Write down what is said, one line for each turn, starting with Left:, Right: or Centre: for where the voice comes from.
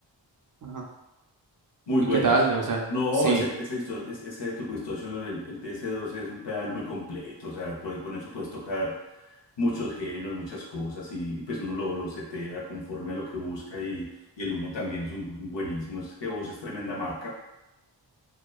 Right: Ajá.
Left: Muy
Right: ¿Y
Left: buenos.
Right: qué tal? O sea,
Left: No,
Right: sí.
Left: ese, ese, disto- ese, ese Turbo Distortion, el, el TS12 es un pedal muy completo, o sea, por- con eso puedes tocar muchos géneros, muchas cosas, y pues uno lo, lo setea conforme a lo que busca, y, y el uno también es un bu- buenísimo, es que vos es tremenda marca.